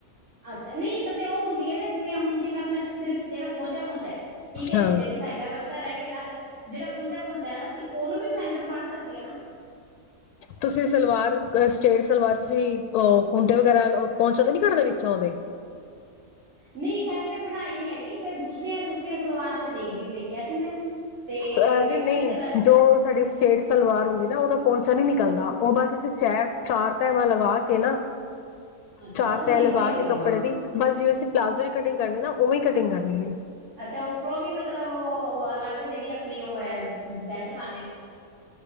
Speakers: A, on the right; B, on the left.
A: ਅੱਛਾ ਨਹੀਂ ਇੱਕ ਤੇ ਉਹ ਹੁੰਦੀ ਹੈ ਨਾ ਜਿਵੇਂ ਹੁਣ ਜੀ ਮੈਂ ਆਪਣਾ ਸਿਰਫ ਜਿਹੜਾ ਪਹੁੰਚਾ ਪਹੁੰਚਿਆ ਠੀਕ ਹੈ
B: ਹਾਂ
A: ਜਿਹੜੀ ਸਾਾਈਡ ਵੱਲ ਤਾਂ ਰਹਿ ਗਿਆ ਅਲੱਗ ਜਿਹੜਾ ਪਹੁੰਚਾ ਹੰਹਦਾ ਅਸੀਂ ਉਹਨੂੰ ਵੀ ਸੈਂਟਰ ਫੜ ਸਕਦੇ ਹ ਨਾ।
B: ਤੁਸੀਂ ਸਲਵਾਰ ਸਟੇਟ ਸਲਵਾਰ ਤੁਸੀਂ, ਅਹ ਕੁੰਡੇ ਵਗੈਰਾ ਪਹੁੰਚੋ ਤੇ ਨੀ ਘਰ ਦੇ ਵਿੱਚੋਂ ਦੇ।
A: ਨਹੀਂ ਖੈਰ ਮੈਂ ਪੜ੍ਹਾਈ ਨਹੀਂ ਹੈਗੀ ਫੇਰ ਦੂਸਰੀਆਂ - ਦੂਸਰੀਆਂ ਸਲਵਾਨਾਂ ਤੇ ਦੇਖਦੀ ਦੇਖਿਆ ਸੀ ਮੈਂ ਤੇ
B: ਅਹ
A: ਮੈਂ
B: ਨਹੀਂ,
A: ਕਿਹਾ
B: ਨਹੀਂ
A: ਸੀ ਚੱਲ
B: ਜੋ ਸਾਡੀ ਸਟੇਟ ਸਲਵਾਰ ਹੁੰਦੀ ਨਾ ਉਹਦਾ ਪਹੁੰਚਣ ਨੀ ਨਿਕਲਦਾ ਉਹ ਬਸ ਅਸੀਂ ਚ ਚਾਰ ਟੇਹਾ ਲਗਾ ਕੇ ਨਾ
A: ਅੱਛਾ
B: ਚਾਰ
A: ਉਹ ਤਾਂ
B: ਤੈ
A: ਸਿੰਪਲ
B: ਲਗਾ
A: ਹੀ ਹੋ
B: ਕੇ
A: ਗਈ
B: ਕੱਪੜੇ
A: ਹਾਂ
B: ਦੀ ਬਸ ਜਿਵੇਂ ਅਸੀਂ ਪਲਾਜ਼ੋ ਦੀ ਕਟਿੰਗ ਕਰਨੀ ਨਾ ਉਵੇਂ ਕਟਿੰਗ ਕਰਨੀ ਹੈ।
A: ਅੱਛਾ, ਉੱਪਰੋਂ ਵੀ ਮਤਲਬ ਉਹ ਅਲੱਗ ਜਿਹੜੀ ਆਪਣੀ ਉਹ ਹੈ। ਬੈਲਟ ਬ